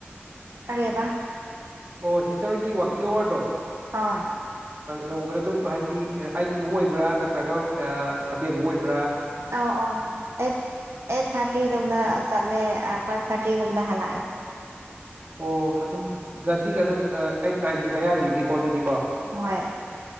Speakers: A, on the right; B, on the right.
A: ꯀꯔꯦꯕ
B: ꯑꯣ ꯁꯤꯁꯇꯔꯣꯏꯒꯤ ꯋꯀꯤꯡ ꯑꯋꯥꯔꯗꯣ
A: ꯍꯣꯏ
B: ꯅꯣꯡꯃꯗ ꯑꯗꯨꯝ ꯍꯥꯏꯗꯤ ꯑꯩꯠꯃꯨꯛ ꯑꯣꯏꯕ꯭ꯔꯥ ꯅꯠꯇ꯭ꯔꯒ ꯁꯚꯦꯟꯃꯨꯛ ꯑꯣꯏꯕ꯭ꯔꯥ
A: ꯑ ꯑ ꯑꯦ <unintelligible> <inaudible> ꯑꯩꯠ ꯊꯥꯔꯇꯤꯗꯣꯝꯗ ꯆꯠꯂꯦ ꯐꯥꯏꯚ ꯊꯥꯔꯇꯤꯒꯨꯝꯗ ꯍꯜꯂꯑ
B: ꯑꯣ ꯑꯗꯨꯝ ꯉꯗꯤꯛ ꯑꯗꯨꯝ ꯑꯩꯠ ꯅꯥꯏꯟꯒꯤ ꯃꯌꯥꯅꯤꯅꯦꯣ ꯀꯣ ꯑꯗꯨꯗꯤ ꯀꯣ
A: ꯍꯣꯏ